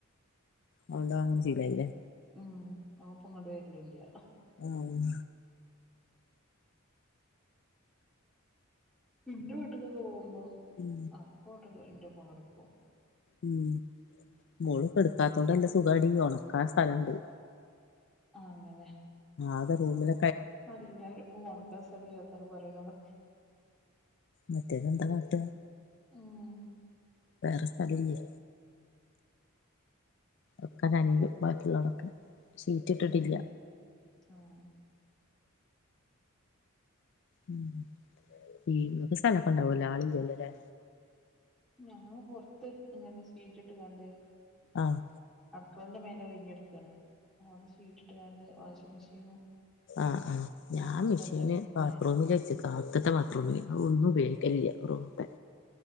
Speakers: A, on the left; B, in the centre.
A: അവ്ണ്ട് അഹ്ങ്ങനെ ശീലായിലെ.
B: ഉം ഓപ്പ്ങ്ങട്ട് വര്ലില്ല്യ.
A: ആഹ് ഉം.
B: ഇന്റെ വീട്ട്ക്കൊക്കെ പോവുമ്പം.
A: ഉം.
B: അപ്പോട്ടൊക്കെ ഇൻ്റെപ്പം കട്ക്കും.
A: ഉം മോള് കെട്ക്കാത്തോണ്ട് അല്ല സുഖാടി ഒണ്ക്കാ സ്ഥലണ്ട്.
B: ആഹ് ങ്ങനെ.
A: ആകെ റൂമില
B: അതില്ലായിപ്പോ ഒണ്ക്കാ സ്ഥലയ്യാത്താണ് പറിണത്.
A: മറ്റേത് എന്താ കാട്ട.
B: ഉം.
A: വേറെ സ്ഥലല്ല്യെ. ഒക്ക നനിയും ബാക്കിയ്ള്ളതൊക്കെ സീറ്റ് ഇട്ടിട്ടില്ല.
B: ഉം ആഹ്.
A: ഉം ഈ ങ്ങക്ക് സ്ഥലൊക്കണ്ടാവൊല്ലോ ആളില്ലല്ലോ ലേ.
B: ഞങ്ങള് പൊർത്ത് അങ്ങനെ സീറ്റ്ട്ട്കാണ്ട്.
A: ആഹ്.
B: അട്ക്കളന്റെ മേലെ ഒയ്ഞ്ഞട്ക്കാണ് അവ്ടെ ശീറ്റ്ട്ട്കാണ്ട് വാഷിംഗ് മെഷീനും.
A: ആഹ് ആഹ് ഞാ
B: അവ്ട്ത്തന്നെ
A: മിഷീന്
B: പിന്നെ
A: ബാത്റൂമില് വെച്ചക്ക. ആത്ത്ത്തെ ബാത്രൂമില് അ ഒന്നു ഉപയോഗിക്കലില്ല റൂംത്തെ.